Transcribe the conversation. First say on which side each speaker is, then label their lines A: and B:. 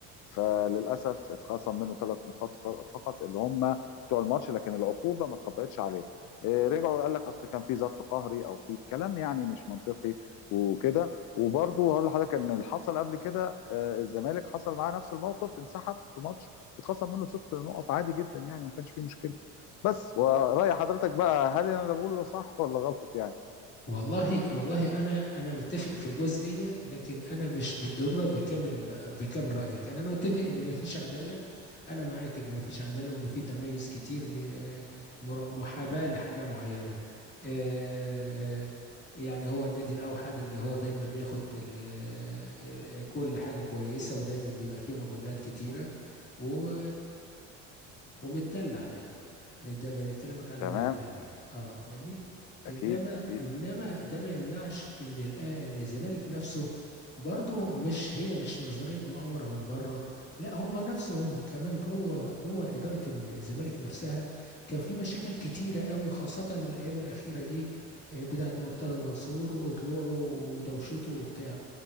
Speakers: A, on the left; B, on the left.
A: فللاسف اتخصم منه ثلاث نقاط ف- فقط اللي هم بتوع الماتش لكن العقوبه ما اتطبقتش عليه إيه، رجعوا قال لك اصل كان في ظرف قهري او في كلام يعني مش منطقي وكده وبرضه هقول لحضرتك ان اللي حصل قبل كده آه، الزمالك حصل معاه نفس الموقف انسحب في ماتش واتخصم منه ست نقط عادي جدا يعني وما كانش فيه مشكله بس ورأي حضرتك بقى هل انا اللي بقوله ده صح ولا غلط يعني
B: والله والله انا انا متفق في جزئيه لكن انا مش بالضروره بكامل بكامل رايك يعني انا متفق ان ما فيش عداله انا معاك ان ما فيش عداله وان في تميز كتير لمحاباه لحاجه معينه آه، يعني هو النادي الاوحد اللي هو دايما بياخد ال- ال- كل حاجه كويسه ودايما بيبقى فيه مجاملات كتيره و ومتدلع يعني ده بكلمك على
A: تمام
B: النادي الاهلي اه فاهمني انما
A: اكيد اكيد
B: انما ده ما يمنعش ان الأ- ان الزمالك نفسه برضو مش هي مش نظريه مؤامره من بره لا هم نفسهم كمان جوه جوه اداره الزمالك نفسها كان في مشاكل كتيره قوي خاصه الايام الاخيره دي آه، بتاعه مرتضى منصور وطلوعه ودوشته وبتاع